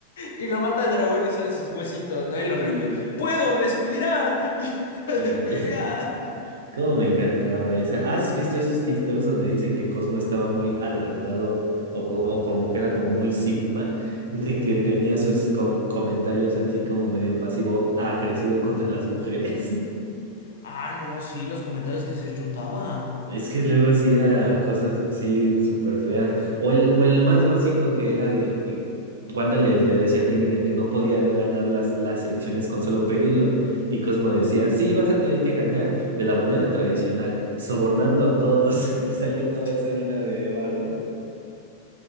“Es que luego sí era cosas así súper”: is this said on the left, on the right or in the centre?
Right